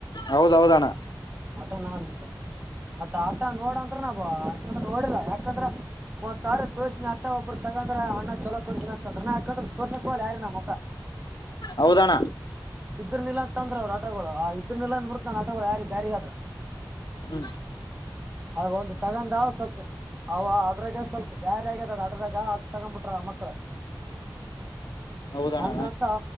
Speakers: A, on the left; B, on the right.
A: ಹೌದೌಹೌದಣ್ಣ
B: ಆಟ ನಾನ್ ಮತ್ತ ಆಟ ನೋಡಂದ್ರ ನಾ ಬಾ ಯಾಕಂದ್ರ ನೋಡಿಲ್ಲ ಯಾಕಂದ್ರ ಒಂದ ಸಾವಿರ ತೋರ್ಸಿನಿ ಆಟ ಒಬ್ರು ತಗಂಡ್ರ ಅಣ್ಣ ಚಲೋ ಕೊಡ್ಸಿನಿ ಅಂತಂದ್ರ ನಾ ಯಾಕಂದ್ರ ತೋರ್ಸಕ ಹೋಗಿಲ್ಲ ನಾ ಯಾರಿಗೆ ಮತ್ತ್
A: ಹೌದಣ್ಣ
B: ಇದ್ರುನು ಇಲ್ಲ ಅಂತಂದ್ರ ಅವ್ರ್ ಆಟೋಗಳು ಆ ಇದ್ರುನು ಇಲ್ಲ ಅಂದ್ಬಿಡ್ತ್ ನಾನ್ ಆಟೋಗಳು ಯಾರಿಗೆ ಬ್ಯಾರಿ ಆದ್ರ
A: ಹ್ಮ್ <unintelligible>
B: ಅವ ಒಂದು ತಗಂದ ಸ್ವಲ್ಪ ಅವ ಅದ್ರಾಗ ಸ್ವಲ್ಪ ದಾರಿ ಆಗ್ಯದ ಅದ ಆಟೋದಾಗ ಅದ್ ತಗೊಂಬಿಟ್ರ ಮಕ್ಳು
A: ಹೌದಣ್ಣ
B: ಹಂಗಂತ